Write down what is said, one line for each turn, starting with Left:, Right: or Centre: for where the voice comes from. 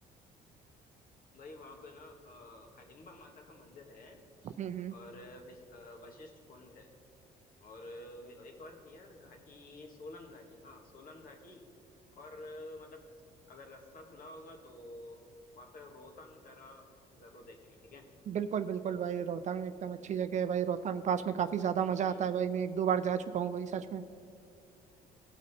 Left: भाई वहां पे ना अ, हडिम्बा माता का मंदिर है
Right: हम्म हम्म
Left: और विश- अ, वशिष्ठ कुंड है और अ, एक और थी यार घाटी सोलंग घाटी हाँ सोलंग घाटी और अ, मतलब अगर रास्ता खुला होगा तो वहाँ पे रोहतांग दर्रा जरूर देखेंगे ठीक है
Right: बिल्कुल बिल्कुल भाई रोहतांग एकदम अच्छी जगह है भाई रोहतांग पास में काफी ज्यादा मजा
Left: हम्म
Right: आता है भाई मैं एक दो बार जा चुका हूँ भाई सच में